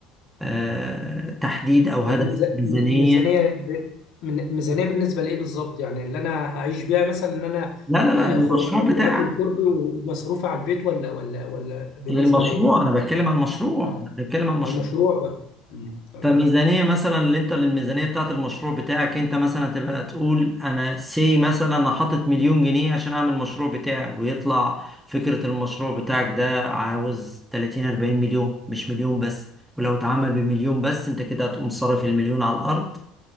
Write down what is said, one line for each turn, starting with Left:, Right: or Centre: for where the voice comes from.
Centre: آه، تحديد أو
Left: ميز-
Centre: هدف ميزانية
Left: م- ميزانية ب... من- ميزانية بالنسبة لإيه بالظبط يعني اللي أنا هعيش بيها مثلا إن أنا
Centre: لا لا
Left: آه،
Centre: لا للمشروع
Left: خروجات
Centre: بتاعك
Left: وأكل وشرب ومصروفي على البيت ولا ولا ولا بالنسبة
Centre: للمشروع
Left: لإيه؟
Centre: أنا بتكلم عن المشروع
Left: آه.
Centre: أنا بتكلم عن المشروع
Left: على المشروع بقى مم. تمام
Centre: فميزانية مثلا اللي انت للميزانية بتاعت المشروع بتاعك انت مثلا تبقى تقول انا سي مثلا انا حاطط مليون جنيه عشان اعمل المشروع بتاعي ويطلع فكرة المشروع بتاعك ده عاوز 30 40 مليون مش مليون بس ولو اتعمل بمليون بس انت كده هتقوم صارف المليون على الارض